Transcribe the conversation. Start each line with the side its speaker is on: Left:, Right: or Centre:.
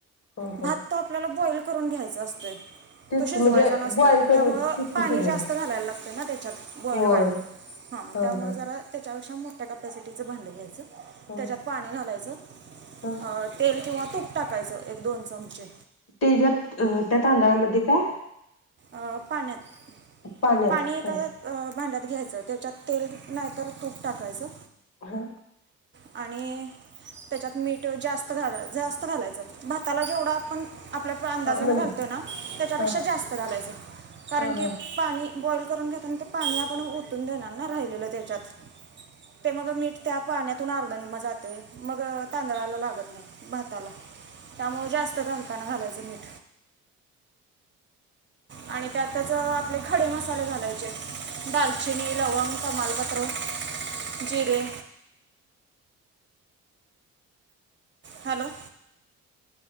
Left: ह
Right: भात
Left: ह
Right: तो आपल्याला बॉईल करून घ्यायचं. <unintelligible>
Left: तेच
Right: तो शिजवायचा
Left: की म्हणजे
Right: नसतोय,
Left: बॉईल करून
Right: त्यामुळं
Left: तेच
Right: पाणी
Left: की शिजवून
Right: जास्त घालायला लागतेना. त्याच्यात बॉइल
Left: होय
Right: व्हायला हा
Left: हां
Right: त्यामुळे
Left: हां
Right: जरा त्याच्यापेक्षा मोठ त्या कॅपॅसिटीच भांड घ्यायचं.
Left: हां
Right: त्याच्यात पाणी घालायचं
Left: हां
Right: अ तेल किंवा, तूप टाकायचं, एक दोन चमचे.
Left: ते ज्यात त्या तांदळामध्ये काय?
Right: अ पाण्यात.
Left: पाण्यात
Right: पाणी एका
Left: हां
Right: अ भांड्यात. घ्यायचं त्याच्यात तेल नाही तर तूप टाकायचं.
Left: हा.
Right: आणि, त्याच्यात मीठ जास्त घाला जास्त घालायचं भाताला जेवढं आपण आपल्या आपण अंदाजाने
Left: म्हणजे
Right: घालतोय, ना त्याच्यापेक्षा
Left: हां
Right: जास्त. घालायचं, कारण
Left: हां
Right: की
Left: हां
Right: पाणी. बॉईल करून घेतान ते पाणी आपण ओतून देणार ना राहिलेलं त्याच्यात, ते मग मीठ त्या पाण्यातून अर्ध निम्म जातंय मग तांदळाला लागत नाही. भाताला त्यामुळे जास्त घालताना घालायचं मीठ. आणि त्यातच आपले खडे मसाले घालायचे दालचिनी, लवंग, तमालपत्र जिरे. हॅलो.